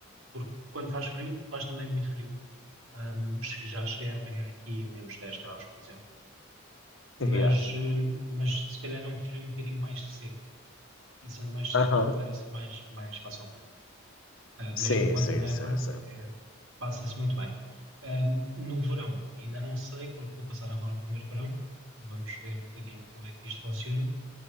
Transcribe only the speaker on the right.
porque quando faz frio, faz também muito frio. Ahm, che- já cheguei a apanhar aqui menos 10 graus, por exemplo, mas,
ahm, mas se calhar é um frio um bocadinho mais seco, e sendo mais seco,
tolera-se mais, mais facilmente. Ah, mesmo
quando
neva,
eh, passa-se muito bem. Ah, no verão, ainda não sei, porque vou passar agora ao primeiro verão. Vamos ver um bocadinho como é que isto funciona.